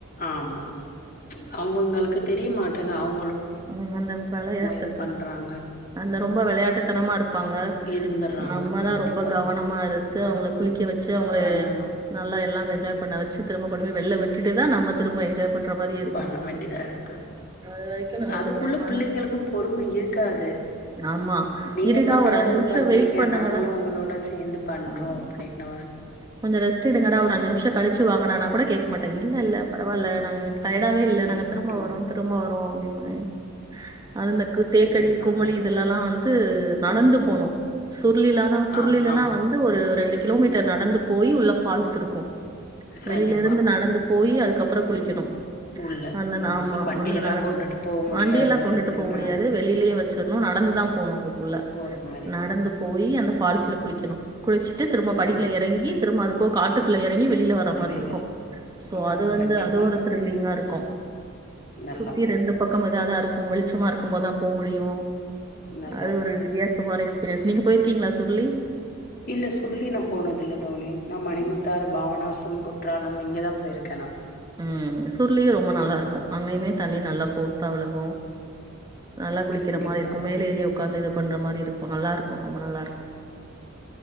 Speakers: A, on the left (about 45°); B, on the right (about 20°).
A: ஆமா அவங்களுக்கு தெரிய மாட்டேங்குது அவங்க
B: ம் அந்த விளையாட்டுத்தனம்
A: இது பண்றாங்க.
B: அந்த ரொம்ப விளையாட்டுத்தனமா இருப்பாங்க
A: இருந்துர்றாங்க
B: நம்மதான்
A: கண்டிப்பாக
B: ரொம்ப கவனமா இருந்து அவங்கள குளிக்க வச்சு அவங்கள
A: பண்ணணு
B: நல்லா எல்லாமே என்ஜாய் பண்ண வச்சு திரும்ப கொண்டு போ வெள்ள விட்டுட்டு தான் நம திரும்ப என்ஜாய் பண்ற மாரியே இருக்கும்
A: பண்ண வேண்டியதா இருக்கு
B: அது வரைக்கும் நமக்கு
A: அதுக்குள்ள
B: பயமாதான்
A: பிள்ளைங்களுக்கு பொறுமை இருக்காது
B: ஆமா
A: நீங்க
B: இருடா
A: மட்டும்
B: ஒரு அஞ்சு
A: இது
B: நிமிஷம்
A: பண்றீங்க
B: வெயிட் பண்ணுங்கடா
A: நாங்களும் உங்களோட சேர்ந்து பண்றோம்
B: ஆமா
A: அப்டீனுவாங்க
B: கொஞ்சம் ரெஸ்ட் எடுங்கடா ஒரு அஞ்சு நிமிஷம் கழிச்சு வாங்கடானு கூட கேட்க மாட்டங்க இல்ல இல்ல பரவாயில்ல நாங்க டய்டாவே இல்ல
A: இருக்கட்டு
B: நாங்க திரும்ப வரோம் திரும்ப வரோம் அப்படின்னுவாங்க அது இந்த தேக்கடி
A: கண்டிப்பாக
B: குமளி இதெல்லல்லாம் வந்து நடந்து போனும் சுருளில தான் சுருளில
A: ஆ ஆமா
B: எல்லாம் வந்து ஒரு ரெண்டு கிலோமீட்டர் நடந்து போய் உள்ள பால்ஸ் இருக்கு இருக்கு
A: கண்டிப்பா
B: வெளியில இருந்து நடந்து போய் அதுக்கப்புறம் குளிக்கணு
A: உள்ள
B: அந்த
A: ம்
B: ஆமா
A: வண்டி
B: உள்ள
A: எல்லா
B: நடந்து
A: கொண்டுட்டு போ முடியாது
B: வண்டியெல்லாம் கொண்டுட்டு
A: ஏன்னா
B: போக முடியாது வெளியிலேயே வச்சு நடந்துதான் போணும் அதுக்குள்ள
A: போற மாரி
B: நடந்து போய் அந்த பால்ஸ்ல குளிக்கணும் குளிச்சிட்டு திரும்ப
A: ஆ
B: படில இறங்கி போ காட்டுக்குள்ளே வெளியில வர
A: அருவிகள்
B: மாதிரி இருக்கும் சோ
A: ஆ
B: அது வந்து
A: கண்டிப்பாக
B: அது ஒரு திரில்லிங்கா இருக்கு
A: நல்லா
B: சுத்தி ரெண்டு பக்கமும் ஏதாது இருக்கும் வெளிச்சமா இருக்கும்போதுதான் போக முடியும்
A: நல்லா
B: அது ஒரு வித்தியாசமான எக்ஸ் பீரியன்ஸ் நீங்க போயிருக்கீங்களா சுருளி
A: இல்ல சுருளி நான் போனது இல்ல தோழி ந மணிமுத்தாறு
B: ம்.
A: பாவநாசம் கொட் ற்றறாலம் இங்கே தான் போயிருக்கண்ணா
B: ம். சுருளியும் ரொம்ப நல்லாருக்கும். அங்கேயுமே தண்ணி நல்லா போர்ஸாக விழுகு நல்லா குளிக்கிற
A: கண்டிப்பாக
B: மாதிரி இருக்கும் மேலே ஏரி உட்காந்து இது பண்ற மாதிரி இருக்கு நல்லா இருக்கு ரொம்ப நல்லா இருக்கு